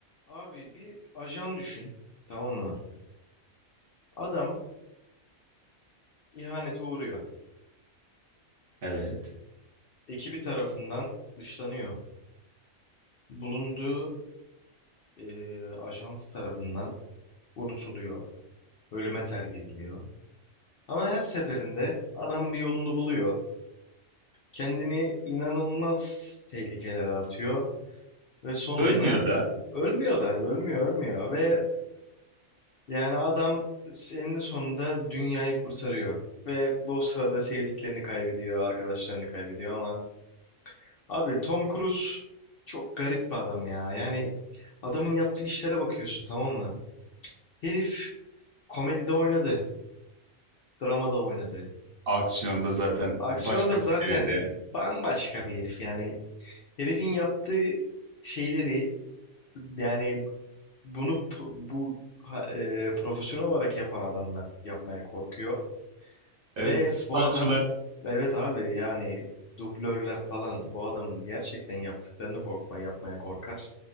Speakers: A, on the left; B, on the right.
A: Abi bir ajan düşün. Tamam mı? Adam ihanete uğruyor.
B: Evet.
A: Ekibi tarafından dışlanıyor. Bulunduğu e, ajans tarafından unutuluyor. Ölüme terk ediliyor. Ama her seferinde adam bir yolunu buluyor. Kendini inanılmaz tehlikelere atıyor. Ve sonunda
B: Ölmüyor da
A: ölmüyor da ölmüyor ölmüyor. Ve yani adam eninde sonunda dünyayı kurtarıyor. Ve bu sırada sevdiklerini kaybediyor, arkadaşlarını kaybediyor ama Abi Tom Cruise çok garip bir adam ya. Yani adamın yaptığı işlere bakıyorsun tamam mı? Herif komedide oynadı, dramada oynadı.
B: aksiyonda zaten
A: Aksiyonda
B: başka
A: zaten
B: bir seviyede.
A: bambaşka bir herif yani. Herifin yaptığı şeyleri yani bunu p- bu ha- e, profesyonel olarak yapan adamlar yapmaya korkuyor.
B: Evet,
A: Ve
B: stuntçılar.
A: bu adam evet abi yani dublörler falan bu adamın gerçekten yaptıklarını korkma yapmaya korkar.